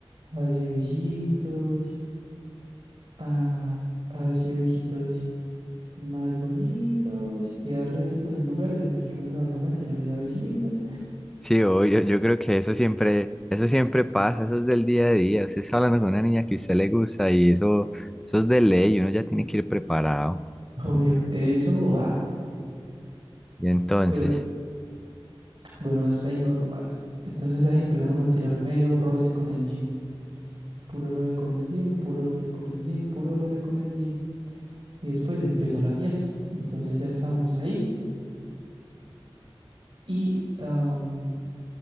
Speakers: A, on the right; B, in the centre.
A: a darse besitos, a, a darse besitos más bonitos y darse besitos en lugares en los que uno normalmente no se da besitos.
B: Sí, obvio, yo creo que eso siempre, eso siempre pasa, eso es del día a día, usted está hablando con una niña que a usted le gusta y eso, eso es de ley, uno ya tiene que ir preparado.
A: <laughs> Obvio, eso va.
B: Y entonces...
A: Pero bueno, hasta ahí normal. Entonces ahí empezamos a tirar mero roce con el jean. Puro roce con el jean, puro roce con el jean, puro roce con el jean. Y después empezó la fiesta. Entonces ya estábamos ahí y am,